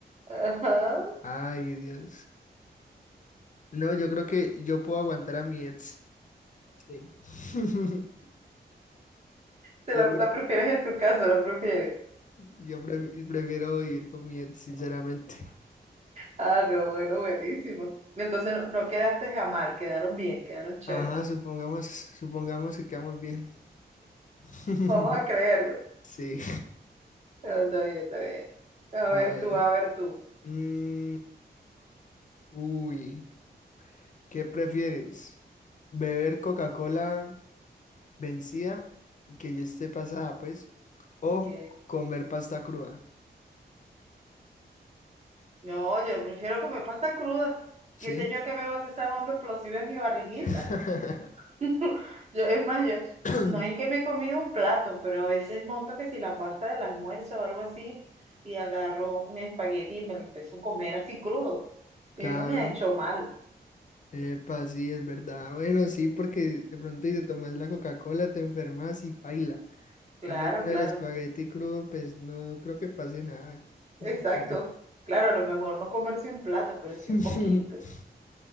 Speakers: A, on the right (about 40°); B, on the left (about 45°).
A: Ajá.
B: Ay, Dios. No, yo creo que yo puedo aguantar a mi ex. Sí. <laughs>
A: ¿Te
B: Sí,
A: la,
B: porque
A: la prefieres en tu caso? ¿La prefieres?
B: yo pref- prefiero vivir con mi ex, sinceramente.
A: Ah, no, bueno, buenísimo. Entonces no, no quedaste mal, quedaron bien, quedaron chévere.
B: Ajá, supongamos, supongamos que quedamos bien. <laughs>
A: Vamos a creerlo.
B: Sí.
A: Ah, Está bien, está bien. A
B: A
A: ver
B: ver.
A: tú, a ver tú.
B: Mm, uy, ¿qué prefieres? ¿Beber Coca-Cola vencida, que ya esté pasada, pues, o
A: Ok.
B: comer pasta cruda?
A: No, yo prefiero comer pasta cruda.
B: ¿Sí?
A: ¿Qué sé yo que me va a hacer esa bomba explosiva en mi barriguita?
B: <coughs>
A: <laughs> Yo, es más, yo,
B: <clears throat>
A: no es que me he comido un plato, pero a veces monto que si la pasta del almuerzo o algo así, y agarro un espagueti y me lo empiezo a comer así crudo.
B: Claro,
A: Y no me ha hecho mal.
B: epa, sí, es verdad. Bueno, sí, porque de pronto y te tomas la Coca-Cola, te enfermas y paila.
A: Claro,
B: Cambio con
A: claro.
B: el espagueti crudo, pues no creo que pase nada. No,
A: Exacto.
B: no creo.
A: Claro, a lo mejor no comerse un plato, pero sí
B: <laughs>
A: un poquito.